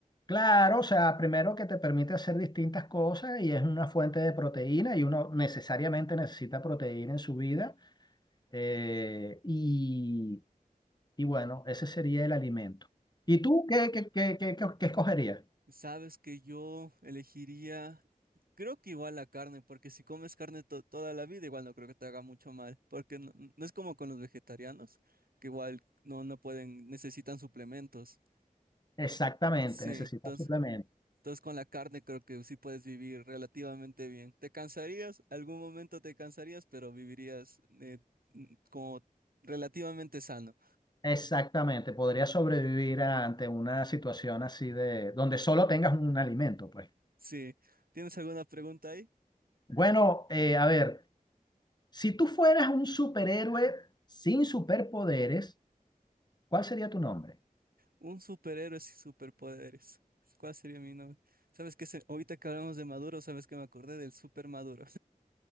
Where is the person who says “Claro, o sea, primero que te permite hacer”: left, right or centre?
Left